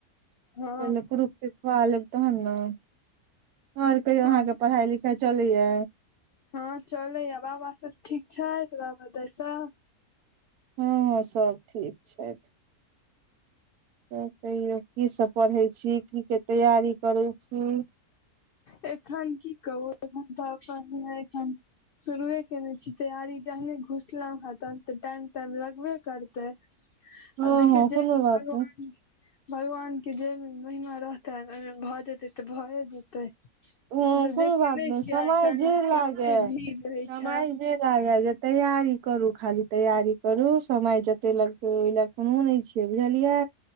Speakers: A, on the left (about 80°); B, on the right (about 80°).
A: हँ
B: पहिले पुरुष खुआ लेब तहन न, आओर कहियो अहाँके
A: हँ
B: पढ़ाई लिखाई चलैया।
A: हँ चलैय बाबा सब ठीक छैथ, बाबा दाय सब
B: हम्म हँ सब ठीक छैथ। त कहियौ कीसब पढ़ै छी, की के तैयारी करै छी।
A: एखन की कहु एखन त पढनाए एखन शुरुए केने छी तैयारी, जहने घुसलहु हें तहन ते टाइम- टाइम लगबे कर तऽ
B: हँ
A: आ देखियौ
B: हँ
A: जय
B: कोनो
A: में
B: बात
A: भगवान।
B: नहि
A: भगवान के जेहिमे महिमा रहतैन ओहिमे भ जेतै त भए जेतै।
B: उ
A: तऽ
B: कोनो
A: देखे
B: बात
A: नै
B: नय
A: छियै
B: समय
A: आइ काल्हि
B: जे
A: मे
B: लागे
A: कते भीड़ रहै
B: समय
A: छै
B: जे तैयारी करू खाली तैयारी करू समय जते लगतै ओय ले कुनू नै छियै बुझलियै।